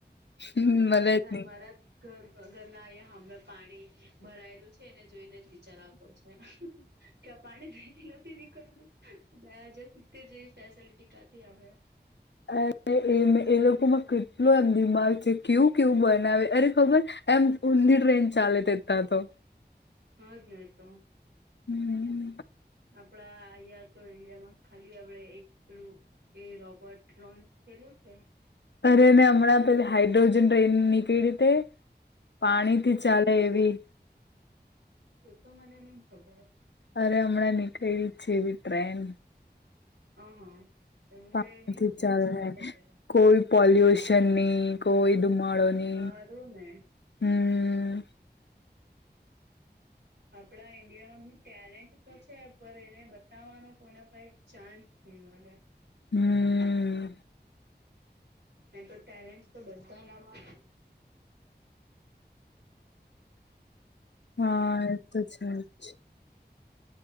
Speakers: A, on the left; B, on the right.
A: હમ, મળે
B: આ ફિલહાલ
A: જ નહી.
B: મારાજ ઘર ઘરના આયાં હામે પાણી ભરાયેલું છે, એને જોઈને જ વિચાર આવતો છે, કે આ પાણી જ નથી <unintelligible> નથી નીકળતું, બે હજાર સીતેર જેવી ફેસેલિટી કાથી આવહે.
A: અને એ એ લોકોમાં કેટલો એમ દિમાગ છે, કેવું કેવું બનાવે, અરે ખબર એમ ઊંધી ટ્રેન ચાલે તે તા તો.
B: હજ નેતો
A: હમ્મ.
B: આપડા આયાં તો ઇન્ડિયામાં ખાલી આપડે એક પેલું એ રોબર્ટ લોન્ચ થેલું છે.
A: અરે, ન્યા હમણાં પેલી હાઈડ્રોજન ટ્રેન નીકળી તે. પાણી
B: શું
A: થી ચાલે એવી.
B: એ તો મને ની ખબર.
A: અરે હમણાં નીકળેલી છે, એવી ટ્રેન.
B: અ, હ, એવું
A: પાણીથી
B: કે, નઈ ખબર
A: ચાલે
B: જોવા પડશે.
A: કોઈ પોલ્યુશનની, કોઈ ધુમાડોની.
B: હારું ને
A: <unintelligible>
B: આપણા ઈન્ડિયામાં ટેલેન્ટ તો છે, પણ એને બતાવવાનો કોના પાહે ચાન્સ ના મલે.
A: <unintelligible>
B: કઈ તો ટેલેન્ટસ તો બધાનામાં.
A: હા, એતો છે જ.